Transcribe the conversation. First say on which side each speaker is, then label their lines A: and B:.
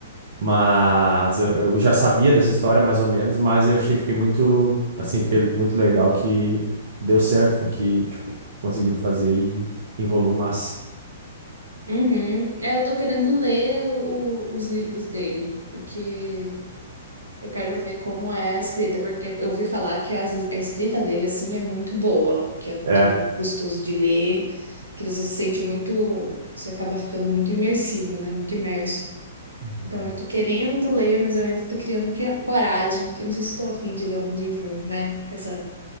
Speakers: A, on the right; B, on the right.
A: Mas eu, eu já sabia dessa história, mais ou menos, mas eu achei, fiquei muito, assim, fiquei muito legal que deu certo, né? Que, tipo, conseguiram fazer e enrolou massa.
B: Uhum. É, eu tô querendo ler o- o- os livros dele, porque Eu quero ver como é a escrita, porque eu ouvi falar que as- a escrita dele, assim, é muito boa, que é muito
A: É.
B: gostoso de ler, que você se sente muito, você acaba ficando muito imersivo, né? Muito imerso.
A: Uhum.
B: Então, eu tô querendo ler, mas eu ainda tô criando cria- coragem, que eu não sei se tô a fim de ler um livro, né? Com essa